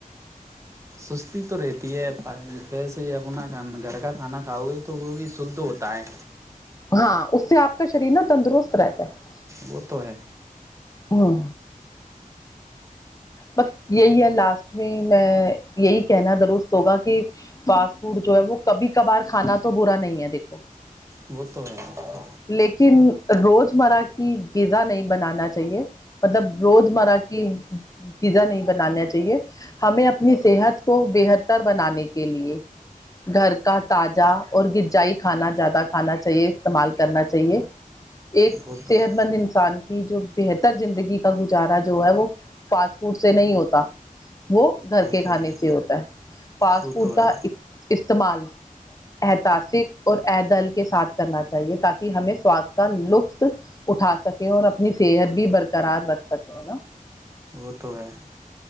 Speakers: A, on the right (about 20°); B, on the left (about 25°).
A: سستی تو رہتی ہے ویسے ہی اپناانا گھر کا کھانا کھاؤ گے تو وہ بھی شدھ ہوتا ہے
B: ہاں اس سے آپ کا شریر نا تندرست رہتا ہے
A: وہ تو ہے
B: ہاں بس یہی ہے لاسٹ میں میں یہی کہنا درست ہوگا کہ فاسٹ فوڈ جو ہے وہ کبھی کبھار کھانا تو برا نہیں ہے دیکھو
A: وہ تو ہے
B: لیکن روزمرہ کی غذا نہیں بنانا چاہیے مطلب روز مرہ کی چیزا نہیں بنانا چاہیے ہمیں اپنی صحت کو بہتر بنانے کے لیے گھر کا تازہ اور غجائی کھانا زیادہ کھانا چاہیے استعمال کرنا چاہیے ایک
A: وہ تو
B: صحت
A: ہے
B: مند انسان کی جو بہتر زندگی کا گزارا جو ہے وہ پچ چوٹ سے نہیں ہوتا وہ گھر کے
A: تو
B: کھانے
A: ہے
B: سے ہوتا ہے فاسٹ
A: وہ
B: فوڈ
A: تو
B: کا
A: ہے
B: استعمال احتاسک اور ادل کے ساتھ کرنا چاہیے تاکہ ہمیں سواد کا لطف اٹھا سکیں اور اپنی صحت بھی برقرار رکھ سکیں نا
A: وہ تو ہے